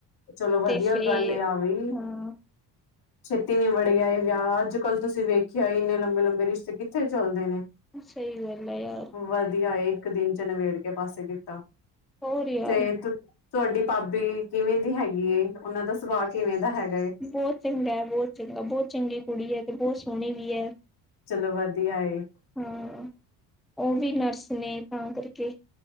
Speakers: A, on the left (about 55°); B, in the centre.
A: ਚਲੋ ਵਧੀਆ
B: ਤੇ ਫਿਰ
A: ਗੱਲ ਏ ਆ ਵੀ
B: ਹਾਂ,
A: ਛੇਤੀ ਨੀ <unintelligible> ਇਹ ਵਿਆਹ ਅੱਜ ਕੱਲ੍ਹ ਤੁਸੀਂ ਵੇਖਿਆ ਇੰਨੇ ਲੰਬੇ ਲੰਬੇ ਰਿਸ਼ਤੇ ਕਿੱਥੇ ਚੱਲਦੇ ਨੇ।
B: ਸਈ ਗੱਲ ਐ ਯਾਰ
A: ਵਧੀਆ ਏ ਇੱਕ ਦਿਨ ਚ ਨਿਵੇੜ ਕੇ ਪਾਸੇ ਕੀਤਾ
B: ਹੋਰ ਯਾਰ
A: ਤੇ ਤੁਹਾਡੀ ਭਾਬੀ ਕਿਵੇਂ ਦੀ ਹੈਗੀ ਏ ਉਹਨਾਂ ਦਾ ਸੁਭਾਅ ਕਿਵੇਂ ਦਾ ਹੈਗਾ ਏ
B: ਬਹੁਤ ਚੰਗਾ ਹੈ ਬਹੁਤ ਚੰਗਾ ਬਹੁਤ ਚੰਗੀ ਕੁੜੀ ਐ ਤੇ ਬਹੁਤ ਸੋਹਣੀ ਵੀ ਐ।
A: ਚਲੋ ਵਧੀਆ ਏ।
B: ਹਾਂ, ਉਹ ਵੀ ਨਰਸ ਨੇ ਤਾਂ ਕਰਕੇ